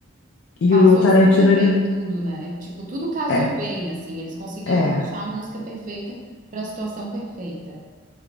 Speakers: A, on the left; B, on the right.
A: e
B: Casou
A: o Tarantino,
B: super
A: ele.
B: bem
A: né?
B: tudo, né? Tipo, tudo casou
A: É,
B: bem, assim. Eles conseguiram
A: é.
B: achar a música perfeita para a situação perfeita.